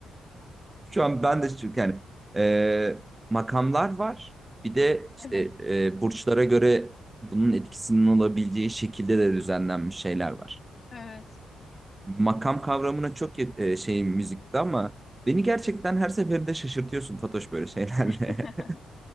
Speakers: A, on the right; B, on the left.
A: Şu an ben de çünkü yani e, makamlar var. Bir de işte
B: Evet.
A: e, burçlara göre bunun etkisinin olabileceği şekilde de düzenlenmiş şeyler var.
B: Evet.
A: Makam kavramına çok ya- e, şey müzikte ama beni gerçekten her seferinde şaşırtıyorsun Fatoş böyle şeylerle.
B: <laughs>